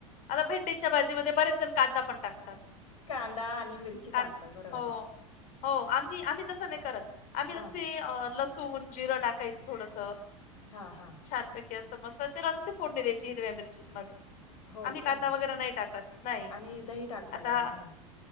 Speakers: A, on the left (about 50°); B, on the left (about 80°).
A: आता भेंडीच्या भाजीमध्ये बरेच जण कांदा पण टाकतात
B: कांदा मिरची
A: कांदा
B: टाकतात बरोबर
A: हो
B: आहे.
A: हो आम्ही आम्ही तसं नाही करत आम्ही
B: हा
A: नुसते लस सोहून जिरं टाकायचं थोडसं
B: हा हा
A: छानपैकी असं मस्त त्याला नुसते फोडणी द्यायची हिरव्या मिरची मध्ये
B: हो
A: आम्ही
B: का
A: कांदा वगैरे नाही टाकत नाही
B: आणि दही टाकता
A: आता
B: का त्यात नाही